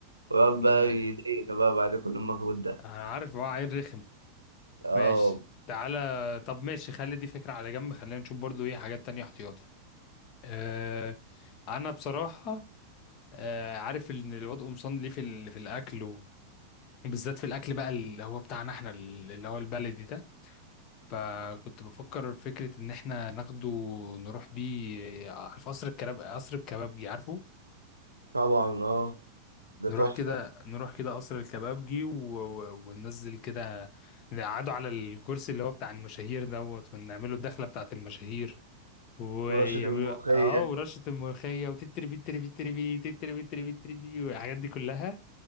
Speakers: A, on the right; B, on the left.
A: ويقعد بقى
B: آه.
A: يضايقنا بقى بعد كل المجهود ده
B: انا عارف هو عيل رخم
A: اه
B: ماشي تعالى طب ماشي خلي دي فكرة على جنب خلينا نشوف برضو ايه حاجات تانية احتياطي آه انا بصراحة آه عارف ان الواد قمصان ليه في ال... في الاكل و... وبالذات في الاكل بقى اللي هو بتاعنا احنا اللي هو البلدي ده فكنت بفكر فكرة ان احنا ناخده نروح بيه آه، عارف قصر الكباب قصر الكبابجي عارفه
A: طبعا اه ده
B: نروح
A: تحفة
B: كده نروح كده قصر الكبابجي و... و... وننزل كده نقعدوا على الكرسي اللي هو بتاع المشاهير دوت ونعمله الدخلة بتاعت المشاهير ويعملوا
A: ورشة الملوخية
B: اه ورشة الملوخية وتتري بي تتري بي تتري بي تتري بي تتري بي تتري بي والحاجات دي كلها